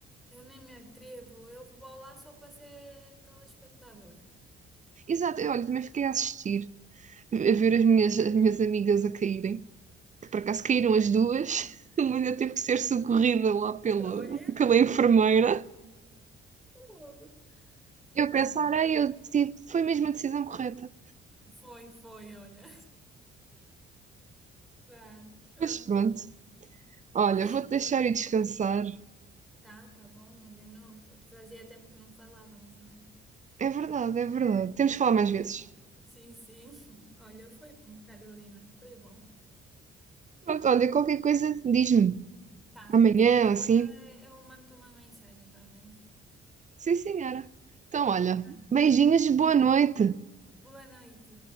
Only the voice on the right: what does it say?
Exato, eu, olha, também fiquei a assistir, a ver as minhas, as minhas amigas a caírem. que por acaso
caíram as duas, <laughs> mas eu tive que ser socorrida lá pela,
pela enfermeira.
Eu
pensar, ai, eu tive, foi mesmo a decisão correta.
Mas pronto, olha,
vou-te
deixar
e descansar.
É verdade, é verdade. Temos de falar mais vezes.
Pronto, olha, qualquer coisa, diz-me.
Amanhã,
assim.
Sim, senhora. Então, olha,
beijinhos, boa noite.